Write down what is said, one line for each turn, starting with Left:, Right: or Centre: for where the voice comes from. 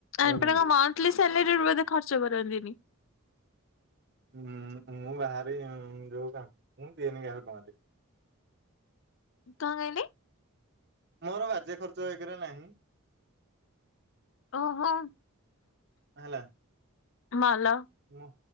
Left: ଆପଣ <unintelligible>
Right: ଏମିତି
Left: ଏଲି ସାଲାରୀରୁ ବୋଧେ ଖର୍ଚ୍ଚ କରନ୍ତିନି।
Right: ଉଁ ମୁଁ ବାହାରି ଯୋଉ କାମ ମୁଁ ଦିଏନି କାହାକୁ ଟଙ୍କାଟେ।
Left: କଣ କହିଲେ?
Right: ମୋର ବାଜେ ଖର୍ଚ୍ଚ ଏକରେ ନାହିଁ।
Left: ଓହୋ
Right: ହେଲା
Left: ମା ଲୋ।
Right: ମୁଁ